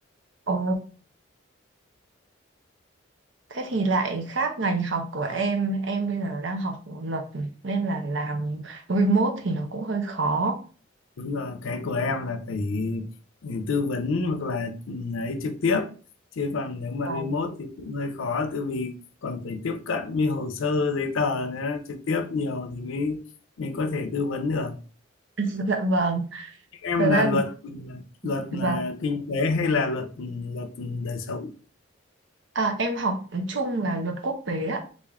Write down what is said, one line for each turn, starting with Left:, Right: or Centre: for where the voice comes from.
Right: ồ. Thế thì lại khác ngành học của em, em bây giờ đang học luật nên là làm remote thì nó cũng hơi khó.
Left: Đúng rồi, cái của em là phải ừ, tư vấn hoặc là ừ, ấy trực tiếp chứ còn nếu mà
Right: Vâng.
Left: remote thì cũng hơi khó tại vì còn phải tiếp cận với hồ sơ giấy tờ nữa, trực tiếp nhiều thì mới mới có thể tư vấn được
Right: <laughs> Dạ vâng,
Left: em
Right: thật ra
Left: là luật ừ, luật
Right: thì-
Left: là
Right: vâng.
Left: kinh tế hay là luật ừ, luật đời sống
Right: À, em học chung là luật quốc tế á